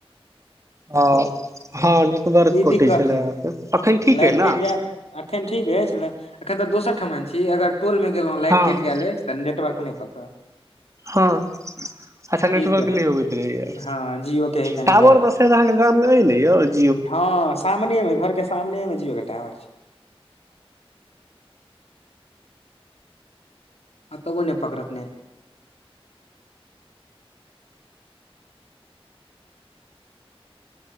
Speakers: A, on the right; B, on the left.
A: हँ हँ नेटवर्क
B: ई
A: कटै
B: दिक्कत
A: छलै हे से एखन ठीक
B: लाइट
A: अइ ने
B: कटि जायत एखन ठीक अछि ने एखन तऽ दोसर ठमन छी अगर टोल में गेलहुँ लाइट
A: हँ
B: कटि गेल अछि तऽ नेटवर्क नहि पकड़त
A: हाँ अच्छा नेटवर्क
B: ई गड़ी
A: नहि अबैत रहैय
B: हँ जियो के है कनि
A: टावर
B: गड़बड़
A: तऽर अहाँ के गाम में ने य
B: हँ सामने में घर के सामने में जिओ के टावर छै आ तबो नै पकरत नेट